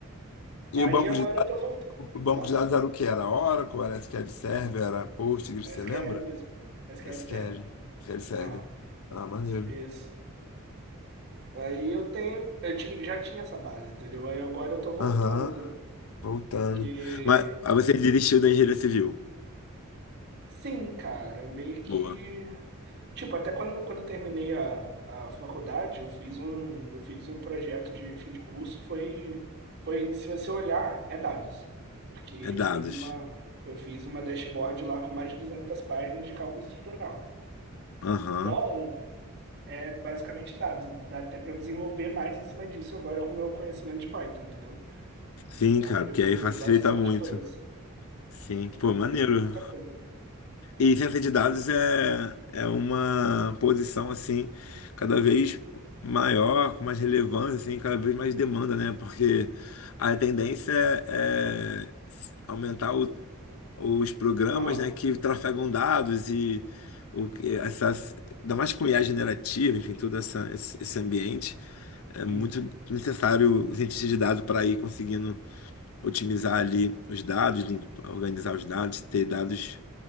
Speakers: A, on the left; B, on the right.
A: E
B: aí
A: o banco
B: agora
A: de,
B: eu tô voltando.
A: o banco
B: Hã?
A: de dados era o que? Era Oracle, era SQL Server, era Postgres, você
B: SQL
A: lembra?
B: mesmo. SQL
A: SQL,
B: Server.
A: SQL Server.
B: Aham.
A: Ah, maneiro.
B: Isso. Aí eu tenho, eu tive, já tinha essa base, entendeu? Aí agora eu tô voltando,
A: Aham,
B: né?
A: voltando.
B: Porque,
A: Mas aí você desistiu da engenharia civil.
B: sim, cara, meio que,
A: Boa.
B: tipo, até quando, quando eu terminei a, a faculdade, eu fiz um, eu fiz um projeto de fim de curso, foi, foi, se você olhar, é dados, porque eu
A: É dados.
B: fiz uma, eu fiz uma dashboard lá com mais de 200 páginas de cálculo estrutural.
A: Aham.
B: Então, é basicamente dados, dá até para eu desenvolver mais em cima disso agora com o meu conhecimento de Python, entendeu?
A: Sim,
B: Dá
A: cara,
B: pra
A: porque
B: evoluir
A: aí facilita
B: bastante
A: muito.
B: coisa.
A: Sim,
B: Dá
A: pô,
B: pra evoluir
A: maneiro.
B: muita coisa ali.
A: E <laughs> ciência de dados é, é uma posição assim cada vez maior, com mais relevância, assim, cada vez mais demanda, né? Porque a tendência é é aumentar o- os programas,
B: Aham.
A: né, que trafegam dados e o que essas, ainda mais com IA generativa, enfim, todo essa, esse, esse ambiente é muito
B: Uhum.
A: necessário o cientista de dados para ir conseguindo otimizar ali os dados, lim- organizar os dados, ter dados